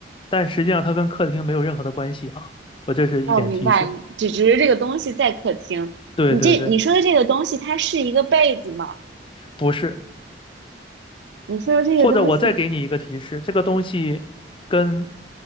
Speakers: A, on the left (about 30°); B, on the right (about 75°).
A: 但实际上它跟客厅没有任何的关系啊。我这是一点提示。
B: 哦，我明白，只只是这个东西在客厅。
A: 对对对，
B: 你这你说的这个东西，它是一个被子吗？
A: 不是。
B: 你说的这个东西，
A: 或者我再给你一个提示，这个东西跟